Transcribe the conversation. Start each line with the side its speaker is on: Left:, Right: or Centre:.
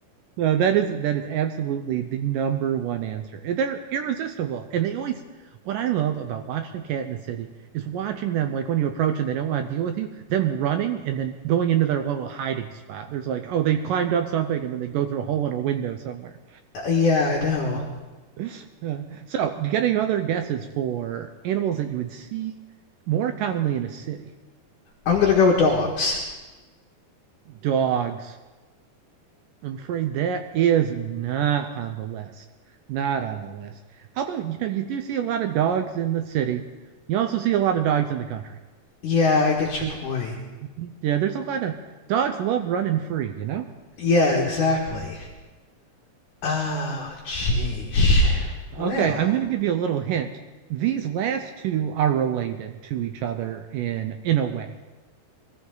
Right: No, that is that is absolutely the number one answer. They're irresistible. And they always what I love about watching a cat in the city is watching them like when you approach and they don't want to deal with you, them running and then going into their little hiding spot. There's like, oh, they climbed up something and then they go through a hole in a window somewhere.
Left: Uh, Yeah, I know.
Right: <laughs> So, do you got any other guesses for animals that you would see more commonly in a city?
Left: I'm gonna go with dogs.
Right: Dogs. I'm afraid that is not on the list. Not on the list. Although, you know, you do see a lot of dogs in the city. You also see a lot of dogs in the country.
Left: Yeah, I get your
Right: There-
Left: point.
Right: Yeah, there's a lot of dogs love running free, you know?
Left: Yeah, exactly. Oh, jeez. Well,
Right: Okay, I'm going to give you a little hint. These last two are related to each other in in a way.